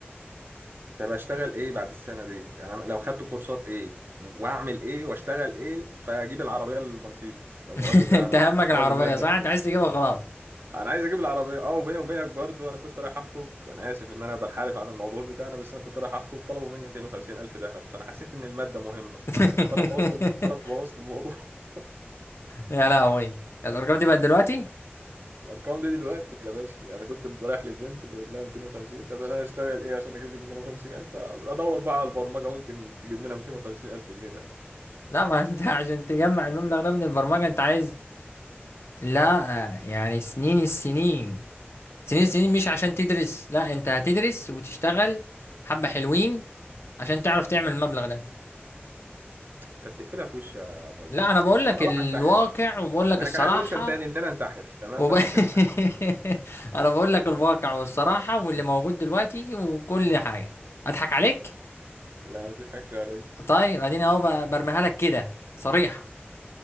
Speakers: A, on the right; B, on the left.
A: طب اشتغل ايه بعد السنه ديت يعني أنا لو خدت كورسات ايه واعمل ايه واشتغل ايه فاجيب العربيه المرسيدس لو
B: <laughs>
A: مؤاخذه يعني
B: انت
A: انا
B: همك العربية
A: راجل مادي
B: صح
A: حبتني
B: انت عايز تجيبها خلاص
A: انا عايز اجيب العربيه اه وبيني وبينك برضو انا كنت رايح اخطب انا اسف ان انا بنحرف عن الموضوع بتاعنا بس انا كنت رايح اخطب طلبوا مني 250 الف ذهب فانا حسيت ان الماده مهمه
B: <laughs>
A: فانا بوظت فانا بوظت الموضوع <laughs>
B: يا لهوي الارقام دي بقت دلوقتي
A: الارقام دي دلوقتي يا باشا انا كنت رايح للبنت بقول لها 250 طب انا هشتغل ايه عشان اجيب لك 250 الف ادور بقى على البرمجه ممكن تجيب لنا 250 الف جنيه ده
B: لا ما انت <laughs> عشان تجمع المبلغ ده من البرمجة انت عايز لا يعني سنين السنين سنين السنين مش عشان تدرس لا انت هتدرس وتشتغل حبة حلوين عشان تعرف تعمل المبلغ ده
A: انت بتقفلها في وش يا ماريو
B: لا انا بقول لك
A: اروح
B: الواقع
A: انتحر
B: وبقول لك
A: ما
B: الصراحة
A: انا كان عندي اوبشن تاني ان انا انتحر تمام
B: وب...
A: فانا ممكن
B: <laughs>
A: انتحر
B: انا بقول لك الواقع والصراحه واللي موجود دلوقتي وكل حاجه اضحك عليك
A: لا ما تضحكش عليا
B: طيب اديني اهو ب- برميها لك كده صريحه